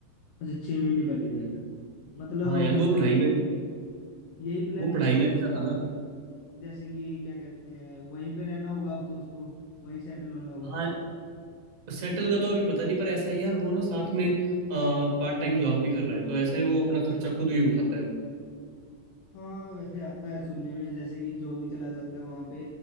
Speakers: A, on the left; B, on the right.
A: अच्छा छह महीने पहले गए थे मतलब
B: हाँ यार
A: अब
B: वो
A: तो
B: पढ़ाई में
A: यही प्लानिंग
B: वो पढ़ाई
A: होगी
B: में अच्छा था ना
A: जैसे कि क्या कहते हैं वहीं पे रहना होगा अब तो उसको वहीं सेटल होना होगा
B: हाँ सेटल का तो अभी पता नहीं पर ऐसा ही यार वो ना साथ में पार्ट टाइम जॉब भी कर रहा है तो ऐसे वो अपना खर्चा खुद ही उठाता है
A: हाँ वैसे आता है सुनने में जैसे कि जो भी चला जाता है वहां पे